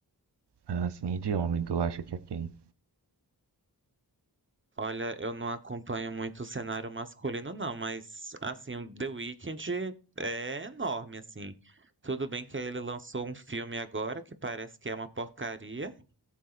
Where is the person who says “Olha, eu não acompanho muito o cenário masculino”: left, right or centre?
Right